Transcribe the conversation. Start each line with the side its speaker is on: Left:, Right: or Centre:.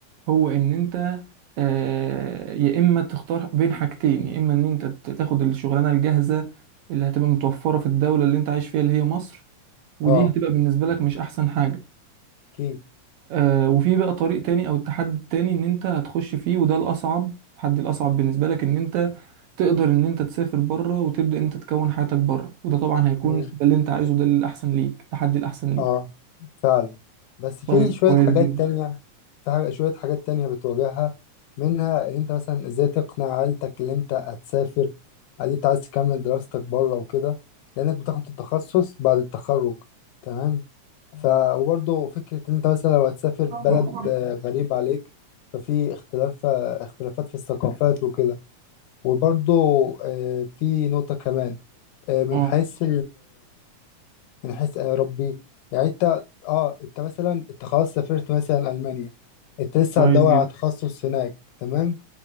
Right: هو ان انت آه يا اما تختار بين حاجتين يا اما ان انت ت- تاخد الشغلانه الجاهزه اللي هتبقى متوفره في الدوله اللي انت عايش فيها اللي هي مصر ودي
Left: اه
Right: هتبقى بالنسبه لك مش احسن حاجه
Left: اكيد
Right: آه وفي بقى طريق تاني او التحدي التاني ان انت هتخش فيه وده الاصعب التحدي الاصعب بالنسبه لك ان انت تقدر ان انت تسافر بره وتبدا انت تكون حياتك بره وده طبعا هيكون
Left: مم.
Right: ده اللي انت عايزه ده الاحسن ليك التحدي الاحسن ليك
Left: اه فعلا بس
Right: طيب
Left: في شوية
Right: كويس
Left: حاجات
Right: جدا
Left: تانية في حاجة شوية حاجات تانية بتواجهها منها ان انت مثلا ازاي تقنع عيلتك ان انت هتسافر ان انت عايز تكمل دراستك بره وكده لانك بتاخد التخصص بعد التخرج تمام ف وبرضه فكرة ان انت مثلا لو هتسافر بلد
Right: اه
Left: آه، غريب عليك ففي اختلاف آه، اختلافات في الثقافات وكده وبرضه آه، في نقطة كمان آه، من
Right: آه،
Left: حيث من حيث آه، ربي يعني انت اه انت مثلا انت خلاص سافرت مثلا المانيا انت لسه
Right: كويس
Left: هتدور
Right: جدا
Left: على تخصص هناك تمام